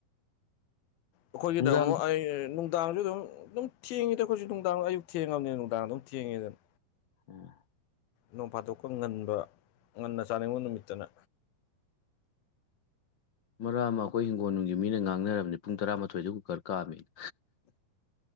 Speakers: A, on the left; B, on the left.
A: ꯑꯩꯈꯣꯏꯒꯤꯗ
B: ꯅꯨꯡꯗꯥꯡ
A: ꯑꯃꯨꯛ ꯑꯩ ꯅꯨꯡꯗꯥꯡꯁꯨ ꯑꯗꯨꯝ ꯑꯗꯨꯝ ꯊꯦꯡꯉꯤꯗ ꯑꯩꯈꯣꯏꯁꯨ ꯅꯨꯡꯗꯥꯡ ꯑꯌꯨꯛ ꯊ‌‌ꯦꯡꯉꯅꯤꯅ ꯅꯨꯡꯗꯥꯡ ꯑꯗꯨꯝ ꯊꯦꯡꯉꯤꯗꯅ
B: ꯎꯝ
A: ꯅꯣꯡ ꯐꯥꯇꯣꯛꯄ ꯉꯟꯕ ꯉꯟꯅ ꯆꯥꯅꯤꯡꯕ ꯅꯨꯃꯤꯠꯇꯅ
B: ꯃꯔꯥꯛ ꯑꯃ ꯑꯩꯈꯣꯏ ꯍꯤꯡꯒꯣꯜ ꯅꯨꯡꯒꯤ ꯃꯤꯅ ꯉꯥꯡꯅꯔꯕꯅꯤ ꯄꯨꯡ ꯇꯔꯥꯃꯊꯣꯏꯗ ꯀꯨꯀꯔ ꯀꯥꯝꯃꯦ ꯎ